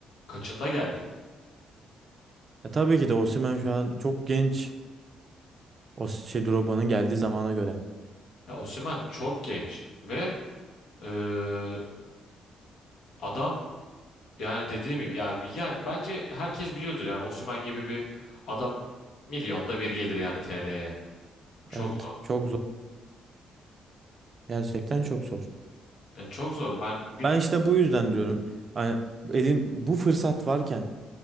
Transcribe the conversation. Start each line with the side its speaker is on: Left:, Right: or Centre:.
Left: kaçında geldi?
Right: E, tabii ki de Osimhen şu an çok genç. O şey Drogba'nın geldiği zamana göre.
Left: Ya Osimhen çok genç ve e, adam Yani dediğim gibi ya, ya bence herkes biliyordur yani Osimhen gibi bir adam milyonda bir gelir yani TR'ye. Çok
Right: Evet
Left: zor.
Right: çok zor. Gerçekten çok zor.
Left: Yani çok zor. Ben bilmiyorum.
Right: Ben işte bu yüzden diyorum. Hani elin bu fırsat varken